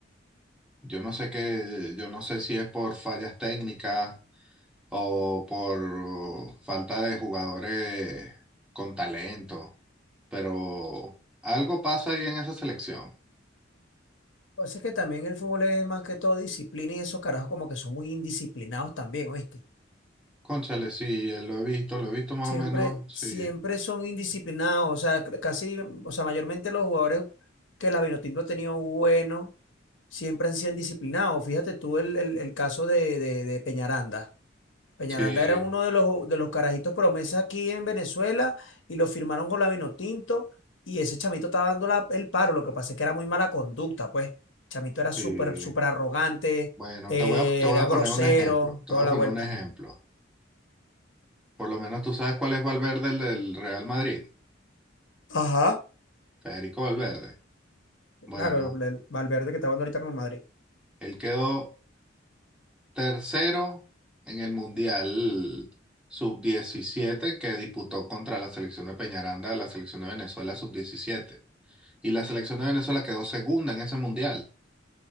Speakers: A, in the centre; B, on the left.
A: Yo no sé qué, yo no sé si es por fallas técnicas o por falta de jugadores con talento, pero algo pasa ahí en esa selección.
B: pasa que también el fútbol es más que todo disciplina y esos carajos como que son muy indisciplinados también, ¿oíste?
A: Cónchale, sí, eh, lo he visto, lo he visto más
B: Siempre,
A: o menos,
B: siempre
A: sí,
B: son indisciplinados, o sea, c- casi, o sea, mayormente los jugadores que la Vinotinto ha tenido bueno, siempre han sido indisciplinados. Fíjate tú el, el- el caso de, de- de Peñaranda. Peñaranda
A: sí,
B: era uno de los, de los carajitos promesa aquí en Venezuela y lo firmaron con la Vinotinto y ese chamito estaba dando la- el paro. Lo que pasa es que era muy mala conducta, pues. El chamito era súper,
A: sí.
B: súper arrogante,
A: Bueno,
B: eh,
A: te voy a, te voy
B: era
A: a
B: grosero,
A: poner un ejemplo, te
B: toda
A: voy a
B: la
A: poner
B: vuelta.
A: un ejemplo. Por lo menos tú sabes cuál es Valverde, el del Real Madrid,
B: Ajá.
A: Federico Valverde. Bueno,
B: Claro, el- el Valverde que está jugando ahorita con el Madrid.
A: él quedó tercero en el Mundial sub diecisiete que disputó contra la selección de Peñaranda de la selección de Venezuela sub diecisiete Y la selección de Venezuela quedó segunda en ese Mundial.